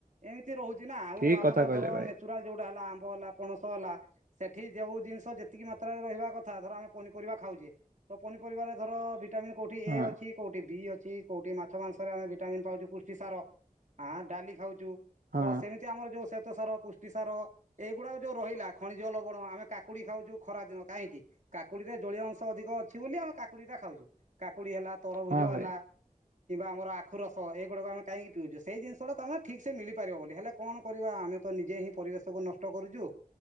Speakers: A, on the right; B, on the right.
A: ଏମିତି ରହୁଛି। ନା ଆଉ
B: ଠିକ
A: ଆମର
B: କଥା କହିଲେ
A: ଧର
B: ଭାଇ।
A: ନେଚୁରାଲ ଯୋଉଟା ହେଲା ଆମ୍ବ ହେଲା, ପଣସ ହେଲା ସେ ଏଠି ଯେଉଁ ଜିନିଷ ଯେତିକି ମାତ୍ରାରେ ରହିବା କଥା, ଧର ଆମେ ପନିପରିବା ଖାଉଛେ, ତ ପନିପରିବାରେ ଧର ଭି ଭିଟାମନ୍ କୋଉଠି
B: ହଁ
A: ଏ ଅଛି, କୋଉଠି ବି ଅଛି, କୋଉଠି ମା ମାଛ ମାଂସରେ ଆମେ ଭିଟାମିନ୍ ପାଉଛୁ। ପୁଷ୍ଟି ସାର ଡାଲି ଖାଉଛୁ,
B: ହଁ
A: ତ ସେମିତି ଆମର ଯୋଉ ସେ ଶ୍ୱେତ ସାର, ପୁଷ୍ଟି ସାର ଏଇଗୁଡାକ ଯୋଉ ରହିଲା ଖଣିଜ ଲବଣ, ଆମେ କାକୁଡି ଖାଉଛୁ ଖରା ଦିନ କାହିଁକି? କାକୁଡିରେ ଜଳୀୟ ଅଂଶ ଅଧିକ ଅଛି ବୋଲି ଆମେ କାକୁଡି ଟା ଖାଉଛୁ। କାକୁଡି ହେଲା, ତରଭୁଜ
B: ହଁ
A: ହେଲା
B: ଭାଇ
A: କିମ୍ବା ଆମର ଆଖୁ ରସ ଏଗୁଡା ଆମେ କାହିଁକି ପିଉଛୁ। ସେଇ ଜିନିଷଟା ତମେ ଠିକ୍ ସେ ମିଳିପାରିବ ବୋଲି, ହେଲେ କଣ କରିବା ଆମେ? ତ ନିଜେ ହିଁ ପରିବେଶକୁୁ ନଷ୍ଟ କରୁଚୁ।